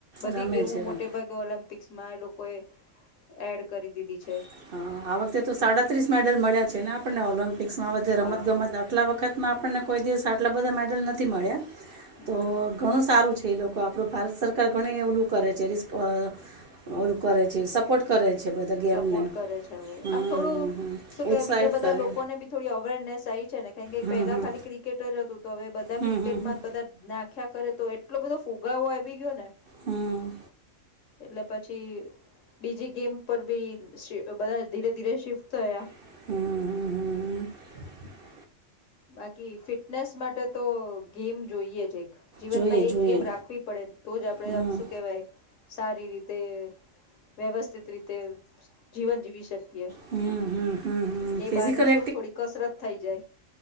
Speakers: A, on the left (about 65°); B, on the right (about 55°).
A: બધી
B: રમે
A: ગેમો
B: છે રમ
A: મોટે ભાગે ઓલિમ્પિક એમાં એ લોકોએ, એડ કરી દીધી છે.
B: હા, આ વખતે તો સાડાત્રીસ મેડલ મળ્યા છે ને આપણને ઓલમ્પ પિક્સમમાં
A: હા.
B: રમત ગમત ના આટલા વખતમાં આપણને કોઈ દિવસ આટલા બધા મેડલ નથી મળ્યા.
A: હમ
B: તો ઘણું સારું છે. તે એ લોકો આપણું ભારત સરકાર ઘણી ઓલું કરે છે રિષપ અહ ઓલું કરે છે, સપોર્ટ કરે છે બધા ગેમને.
A: સપોર્ટ કરે છે
B: હમ
A: આમ થોડું
B: હમ હમ
A: શું કે
B: ઉત્સાહિત
A: બીજા બધા
B: કરે
A: લોકોને બી થોડી અવેરનેસ આઈ છે ને કે
B: હમ
A: પહેલા
B: હમ
A: ખાલી ક્રિકેટર અજ તો હવે બધા
B: હમ
A: ક્રિકેટમાં
B: હમ હમ
A: જ બધા ના ખ્યા કરે તો એટલો બધો ફુગાવો આવી ગયો ને
B: હમ્મ.
A: એટલે પછી બીજી ગેમ ઉપર બી સે બધા ધીરે ધીરે શિફ્ટ થયા.
B: હમ્મ, હમ્મ, હમ્મ, હમ્મ.
A: બાકી ફિટનેસ માટે તો ગેમ જોઈએ જે જીવનમાં
B: જોઈએ
A: એક
B: જોઈએ
A: ગેમ રાખવી પડે તો જ આપડે
B: હમ
A: આમ શું કેહેવાય સારી રીતે વ્યવસ્થિત રીતે. જીવન જીવી શકીએ.
B: હમ હમ હમ હમ
A: એ
B: ફિઝિકલ
A: બાને શું થોડી કસરત થઈ જાય.